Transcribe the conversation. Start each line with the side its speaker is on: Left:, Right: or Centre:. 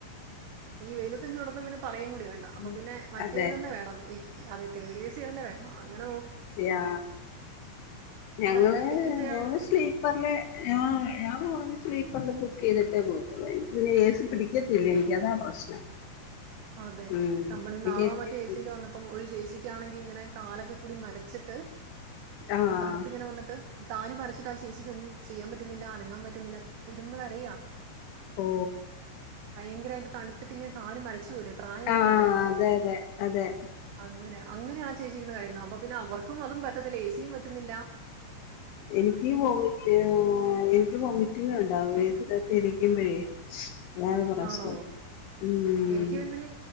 Right: ഈ വെയ്ല ത്തും ചൂടത്തും പിന്നെ പറയും കൂടി വേണ്ട. അപ്പ
Left: ഉം
Right: പിന്നെ മറ്റേത്
Left: അതെ
Right: തന്നെ വേണം. തേഡ് എ സി തന്നെ വേണം അങ്ങനെ നോക്ക്
Left: യാ. ഞങ്ങള്
Right: ടിക്കറ്റിന്റെ
Left: ഞങ്ങള്
Right: ആണെങ്കില്
Left: സ്ലീപ്പറിലെ ഞ ഞാൻ കൂട്തല് സ്ലീപ്പർ ബുക്ക് ചെയ്തിട്ടേ പോകത്തുള്ളൂ. എനിക്ക് പിന്നെ എ സി പിടിക്കത്തില്ല. എനിക്കതാ പ്രശ്നം.
Right: അതെ
Left: ഉം
Right: നമ്മള് ന്നാളോ
Left: എനിക്ക് എ സി
Right: മറ്റോ എസീല് വന്നപ്പം ഒര് ചേച്ചിക്ക് ക്കാണെങ്കി ഇങ്ങനെ കാലൊക്കെ കൂടി മരച്ചിട്ട്
Left: ആഹ്
Right: തണ്ത്ത്ങ്ങനെ വന്നിട്ട് കാല് മരച്ചിട്ട് ആ ചേച്ചിക്ക് ഒന്നും ചെയ്യാൻ പറ്റുന്നില്ല അനങ്ങാൻ പറ്റുന്നില്ല. ഇരുന്ന് കരയാ
Left: ഓ
Right: ഭയങ്കരായിട്ട് തണ്ത്തിട്ട് ഇങ്ങനെ കാല് മരച്ച് പോവൂലെ? പ്രായള്ളോര്ടെക്കെ
Left: ആഹ് അതെ അതെ അതെ
Right: അങ്ങനാ അങ്ങനെ ആ ചേച്ചിര്ന്നു കരയുന്നു. അപ്പ പിന്നെ അവർക്കും അതും പറ്റത്തില്ല. എ സിയും പറ്റ്ന്നില്ല.
Left: എനിക്കീ വോമിറ്റ് എനിക്ക് വോമിറ്റിങ്ങ് ഉണ്ടാവും എ സി ക്കകത് ഇരി ക്കിമ്പഴേ അതാണ് പ്രശ്നം
Right: ആണോ
Left: ഉം
Right: എനിക്ക് പിന്നെ